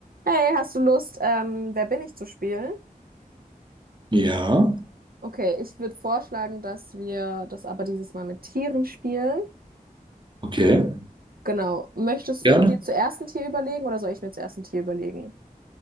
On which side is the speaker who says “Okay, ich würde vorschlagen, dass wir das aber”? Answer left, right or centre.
Right